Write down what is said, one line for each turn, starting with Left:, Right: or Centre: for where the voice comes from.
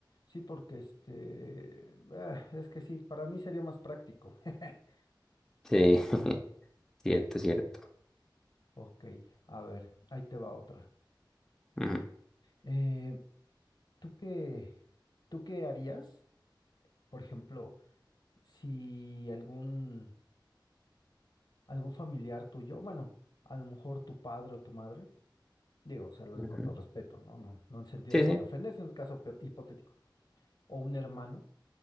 Left: Sí, porque este. ah, es que sí, para mí sería más práctico. <laughs>
Centre: Sí, <laughs> cierto, cierto.
Left: Ok, a ver, ahí te va otra.
Centre: Ujú,
Left: Eh, ¿tú qué, tú qué harías, por ejemplo, si algún, algún familiar tuyo, bueno, a lo mejor tu padre o tu madre, digo, o sea, lo
Centre: ujú.
Left: digo con todo respeto, ¿no? No, no en sentido
Centre: Sí,
Left: de
Centre: sí.
Left: ofender, sino en un caso pe- hipotético, o un hermano